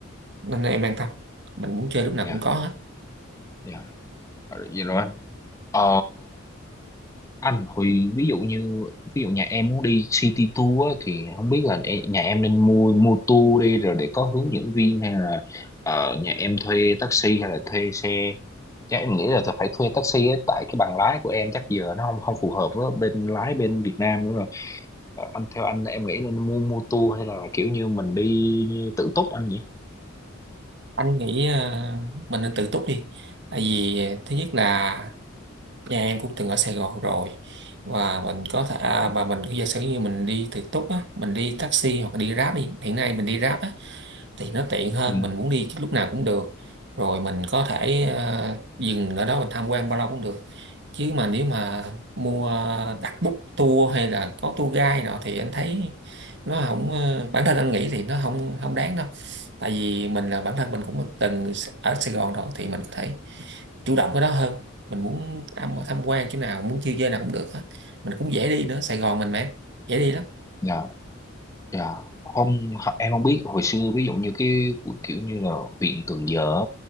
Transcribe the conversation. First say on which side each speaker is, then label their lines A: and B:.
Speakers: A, on the right; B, on the left.
A: nên em an tâm mình muốn chơi lúc nào
B: dạ
A: cũng có hết
B: dạ vậy rồi anh ờ anh Huy ví dụ như ví dụ nhà em muốn đi city tour á, thì không biết là e- nhà em nên mua mua tour đi rồi để có hướng dẫn viên hay là ờ, nhà em thuê taxi hay là thuê xe chắc em nghĩ là tôi phải thuê taxi á, tại cái bằng lái của em chắc giờ nó không không phù hợp với bên lái bên Việt Nam nữa rồi Ờ, anh theo anh em nghĩ nên mua mua tour hay là kiểu như mình đi tự túc anh nhỉ
A: anh nghĩ ờ, mình nên tự túc đi tại vì ờ, thứ nhất là nhà em cũng từng ở Sài Gòn rồi và mình có thể à,
B: Ừ.
A: và mình có giả sử như mình đi tự túc á mình đi taxi hoặc là đi Grab đi hiện nay mình đi Grab á thì nó tiện hơn
B: Ừ.
A: mình muốn đi lúc nào cũng được rồi mình có thể ờ, dừng ở đó mình tham quan bao lâu cũng được chứ mà nếu mà mua đặt book tour hay là có tour guide nọ thì anh thấy nó không ờ, bản thân anh nghĩ thì nó không không đáng đâu tại vì mình là bản thân mình cũng từng ở Sài Gòn rồi thì mình có thể chủ động cái đó hơn mình muốn tham
B: Dạ.
A: tham quan chỗ nào muốn chơi chơi nào cũng được hết mình cũng dễ đi nữa Sài Gòn mình mà dễ đi lắm
B: Dạ. Dạ, không ho- em không biết hồi xưa ví dụ như cái cu- kiểu như là huyện Cần Giờ á,